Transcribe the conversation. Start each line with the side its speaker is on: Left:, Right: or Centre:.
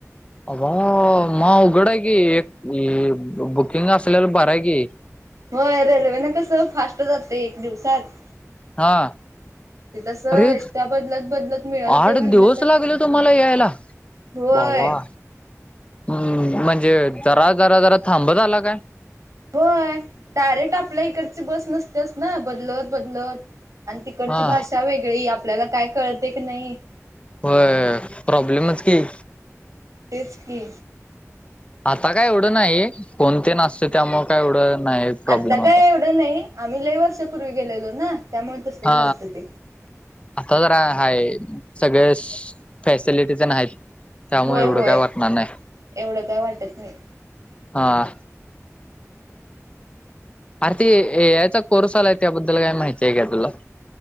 Left: अगं....... मग अवघड आहे की, एक ए बुकिंग असलेला बरं आहे की.
Right: होय. रेल्वेनं कसं फास्ट जातंय एक दिवसात.
Left: हा.
Right: ते तसं
Left: अरे
Right: एसट्या बदलत बदलत, मिळलं
Left: आठ
Right: ते म्हणलं
Left: दिवस
Right: तर
Left: लागले तुम्हाला यायला
Right: व्हय.
Left: भावा हम्म. म्हणजे जरा जरा जरा थांबत आला काय?
Right: होय. डायरेक्ट आपल्या इकडची बस नसत्याच ना बदलत बदलत आणि तिकडची
Left: हा
Right: भाषा वेगळी आपल्याला काय कळत एक नाही.
Left: होय, प्रॉब्लेमच की.
Right: तेच की.
Left: आता काय एवढं नाही. फोन तेन असतोय त्यामुळं काय एवढं नाही. प्रॉब्लेम
Right: आत्ता काय
Left: आता
Right: एवढं नाही. आम्ही लई वर्षापूर्वी गेलेलो ना, त्यामुळं तसं
Left: हा.
Right: झालतं ते
Left: आता जरा हाय सगळ्या सू फॅसिलिटीज तेन आहेत. त्यामुळं
Right: होय
Left: एवढं
Right: होय
Left: काय वाटणार नाही,
Right: एवढं काय वाटत नाही
Left: हा. आर ते ए आय चा कोर्स आलाय, त्याबद्दल काय माहिती आहे का तुला?